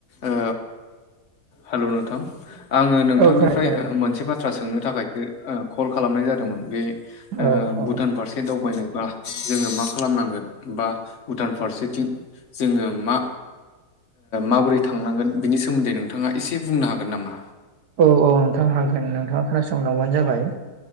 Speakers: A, on the left; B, on the right.
A: ओ हेल' नोंथां आङो नोंथांनिफ्राय
B: औ खोनादों खोनादों
A: मोनसे बाथ्रा सोंनो थाखायसो कल खालामनाय जादोंमोन बे
B: औ औ
A: भुटान फारसे दावबायनो बा जोङो मा खालामनांगोन बा भुटान फारसेथिं जोङो मा माबोरै थांनांगोन बिनि सोमोन्दै नोंथाङा एसे बुंनो हागोन नामा
B: औ औ नोंथां हागोन नोंथाङा खोनासंलांबानो जाबाय